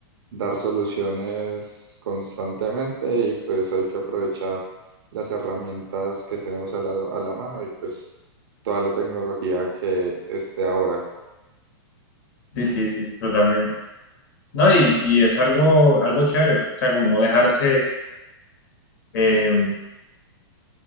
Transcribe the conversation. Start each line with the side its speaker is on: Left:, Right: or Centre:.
Right: dar soluciones constantemente y pues hay que aprovechar las herramientas que tenemos a la, a la mano y pues toda la tecnología que esté ahora.
Left: Sí, sí, sí, totalmente. No, y, y es algo, algo chévere, o sea, como no dejarse, eh,